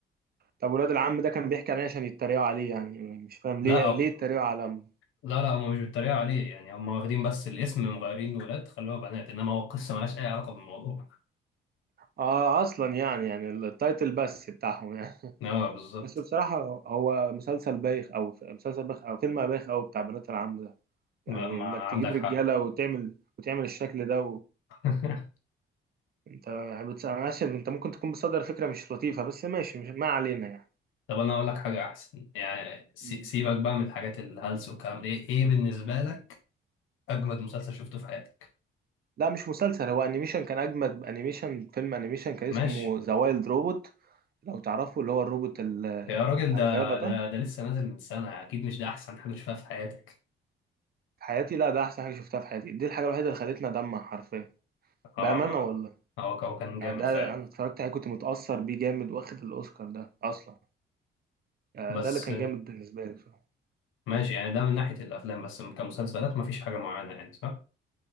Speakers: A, on the right; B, on the left.
A: طب ولاد العم ده كان بيحكي عليه عشان يتريقوا عليه يعني مش فاهم
B: لا
A: ليه ليه
B: أو
A: يتريقوا على
B: لا لا هما مش بيتريقوا عليه يعني هما واخدين بس الاسم مغيرين ولاد خلوها بنات انما هو قصة ملهاش اي علاقة بالموضوع
A: آه أصلا يعني يعني التايتل بس بتاعهم يعني
B: لا
A: <laughs>
B: بالظبط
A: بس بصراحة هو مسلسل بايخ أوي مسلسل بايخ أو فيلم بايخ أوي بتاع بنات العم ده يعني
B: لا ما
A: إنك
B: عندك
A: تجيب رجالة
B: حق
A: وتعمل وتعمل الشكل ده
B: <laughs>
A: وأنت يعني بتس- ماشي أنت ممكن تكون بتصدر فكرة مش لطيفة بس ماشي مش ما علينا يعني
B: طب انا اقول لك حاجة احسن يعني سي-
A: آه،
B: سيبك بقى من الحاجات الهلس والكلام ده. ايه ايه بالنسبة لك اجمد مسلسل شفته في حياتك
A: لا مش مسلسل هو انيميشن كان اجمد انيميشن فيلم انيميشن كان اسمه
B: ماشي
A: ذا وايلد روبوت لو تعرفوا اللي هو الروبوت ال-
B: يا راجل
A: بتاع
B: ده
A: الغابة ده
B: ده ده لسه نازل من سنة اكيد مش ده احسن حاجة شفتها في حياتك
A: في حياتي لا ده احسن حاجة شفتها في حياتي دي الحاجة الوحيدة اللي خلتني ادمع حرفيا
B: اه
A: بأمانة
B: ما
A: والله
B: هو هو كان
A: يعني
B: جامد
A: ده
B: فعلا
A: انا اتفرجت عليه كنت متأثر بيه جامد واخد الاوسكار ده اصلا آه،
B: بس
A: ده اللي كان جامد بالنسبة لي بصراحة.
B: ماشي يعني ده من ناحية الأفلام بس كمسلسلات مفيش حاجة معينة يعني صح؟